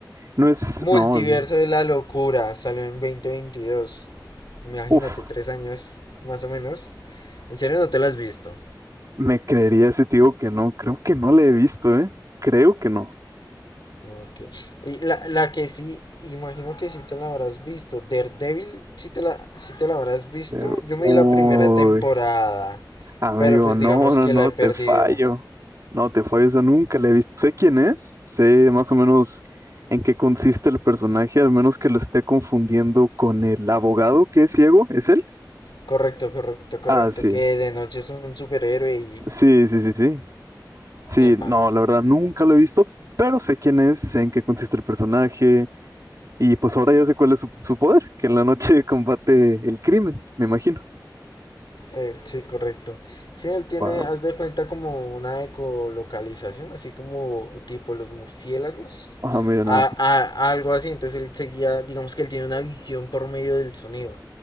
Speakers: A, on the right; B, on the left.
A: No es.
B: Multiverso
A: No. l-
B: de la locura, salió en 2022. Imagínate,
A: Uf.
B: tres años más o menos. ¿En serio no te lo has visto?
A: Me creería ese tío que no. Creo que no la he visto, ¿eh? Creo que no.
B: Ok. Y la, la que sí, imagino que sí te la habrás visto. Daredevil, sí te la, sí te la habrás visto.
A: Eh,
B: Yo
A: Uy.
B: me di la primera temporada,
A: Amigo,
B: pero pues
A: no,
B: digamos
A: no,
B: que
A: no,
B: la he perdido.
A: te fallo. No, te fallo, esa nunca la he visto. Sé quién es, sé más o menos en qué consiste el personaje, al menos que lo esté confundiendo con el abogado que es ciego, ¿es él?
B: Correcto, correcto, correcto.
A: Ah, sí.
B: Que de noche es un superhéroe y...
A: Sí, sí, sí, sí. Sí,
B: Epa.
A: no, la verdad nunca lo he visto, pero sé quién es, sé en qué consiste el personaje, y pues ahora ya sé cuál es su, su poder, que en la noche <laughs> combate el crimen, me imagino.
B: Eh, sí, correcto. Sí, él tiene,
A: Wow.
B: haz de cuenta como una ecolocalización, así como tipo los murciélagos,
A: Ah, mira,
B: a,
A: nada
B: a-
A: más.
B: algo así. Entonces él seguía, digamos que él tiene una visión por medio del sonido.